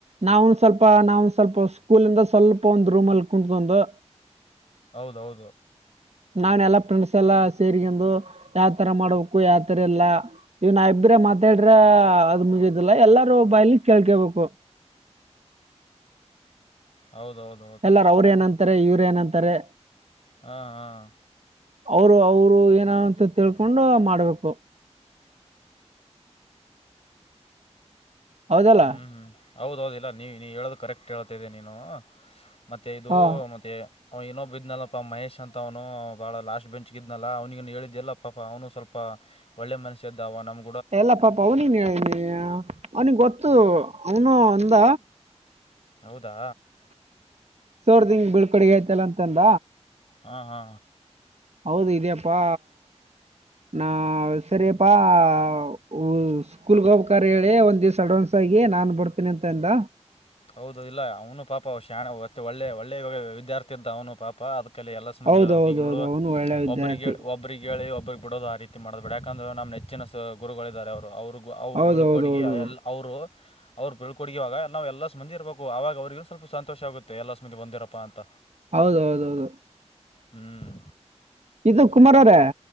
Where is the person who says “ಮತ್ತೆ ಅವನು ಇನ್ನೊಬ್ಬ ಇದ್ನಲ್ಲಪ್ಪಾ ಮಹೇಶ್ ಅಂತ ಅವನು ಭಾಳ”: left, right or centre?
Left